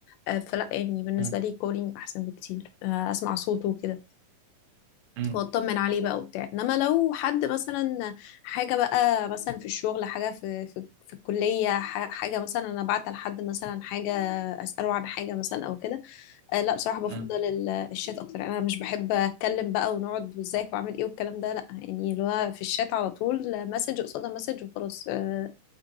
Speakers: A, on the left (about 80°); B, on the right (about 80°).
A: آه فلا يعني بالنسبة
B: مم،
A: لي كولينج أحسن بكتير آه أسمع صوته وكده
B: مم،
A: وأطمن عليه بقى وبتاع إنما لو حد مثلا حاجة بقى مثلا في الشغل حاجة في في, في الكلية ح- حاجة مثلا أنا بعت لحد مثلا حاجة أسأله عن حاجة مثلا أو كده آه لا بصراحة بفضل
B: مم،
A: ال- الشات أكتر أنا مش بحب أتكلم بقى ونقعد وإزيك وعامل إيه والكلام ده لا يعني اللي هو في الشات على طول مسج قصادها مسج وخلاص آه